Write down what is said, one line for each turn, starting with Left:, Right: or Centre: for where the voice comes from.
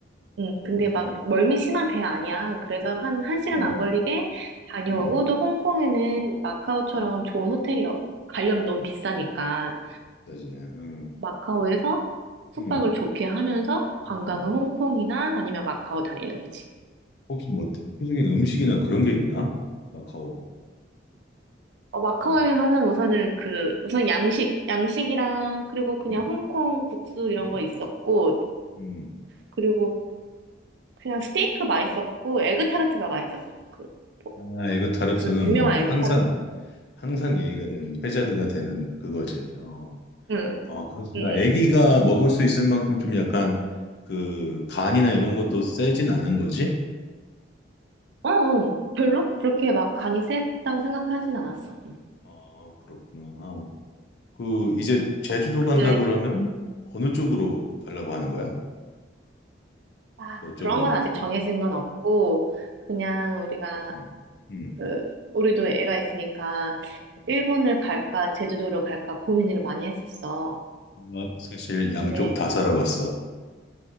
Right: 응,
Left: 그렇구나.
Right: 근데 막 멀미 심한 배 아니야. 그래서 한, 한 시간
Left: 응,
Right: 안 걸리게 다녀오고
Left: 응,
Right: 또 홍콩에는 마카오처럼
Left: 응.
Right: 좋은 호텔이 어- 가려면 너무 비싸니까
Left: 자제. 응,
Right: 마카오에서 숙박을
Left: 응,
Right: 좋게 하면서 관광은
Left: 응.
Right: 홍콩이나 아니면 마카오
Left: 응.
Right: 다니는 거지.
Left: 혹시 뭐 대표적인 음식이나 그런 게 있나? 마카오.
Right: 어, 마카오에서는
Left: 약,
Right: 우선은 그, 우선 양식, 양식이랑 그리고 그냥
Left: 응,
Right: 홍콩 국수 이런
Left: 응,
Right: 거 있었고
Left: 응.
Right: 그리고 그냥 스테이크 맛있었고 에그 타르트가 맛있었어. 그, 포-
Left: 아,
Right: 그
Left: 이거 타르트는
Right: 무슨 유명한
Left: 뭐
Right: 에그
Left: 항상
Right: 타르트.
Left: 항상 얘기가 되는 회자드가 되는 그거지. 어,
Right: 응,
Left: 아, 그렇구나.
Right: 응, 응.
Left: 아기가 먹을 수 있을 만큼 좀 약간 그 간이나 이런 것도 세진 않은 거지?
Right: 어, 어, 별로 그렇게 막 간이 세다고 생각하진 않았어.
Left: 아, 그렇구나. 그 이제 제주도
Right: 근데
Left: 간다 그러면 어느 쪽으로 가려고 하는 거야?
Right: 아,
Left: 너 쪽은?
Right: 그런 건 아직
Left: 음,
Right: 정해진 건 없고 그냥 우리가
Left: 음, 음,
Right: 그 우리도 애가 있으니까
Left: 음.
Right: 일본을 갈까 제주도를 갈까 고민을 많이 했었어.
Left: 나 사실
Right: 근데
Left: 양쪽 다 살아봤어.